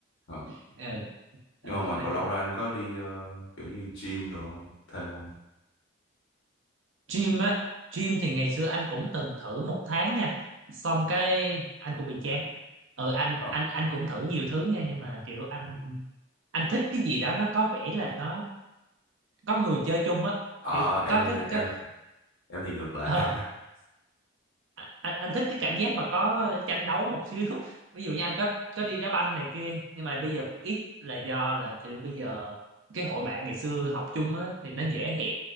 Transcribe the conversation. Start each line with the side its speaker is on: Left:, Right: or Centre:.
Left: Ờ.
Right: <laughs> ừ,
Left: nhưng
Right: ừ,
Left: mà ngoài
Right: nói
Left: cầu lông
Right: chung
Left: ra anh có đi ờ, kiểu như gym đồ không thêm không
Right: gym á gym thì ngày xưa anh cũng từng thử một tháng nha xong cái anh cũng bị chán ừ anh
Left: ờ
Right: anh anh cũng thử nhiều thứ nha nhưng mà kiểu anh anh thích cái gì đó nó có vẻ là nó có người chơi chung á
Left: Ờ,
Right: kiểu
Left: em
Right: có cái
Left: em
Right: có,
Left: em thì ngược lại
Right: ờ,
Left: <laughs>
Right: anh, anh anh thích cái cảm giác mà có tranh đấu một xíu <laughs> ví dụ như anh có có đi đá banh này kia nhưng mà bây giờ cũng ít là do là kiểu bây giờ cái hội bạn ngày xưa học chung á thì nó dễ hẹn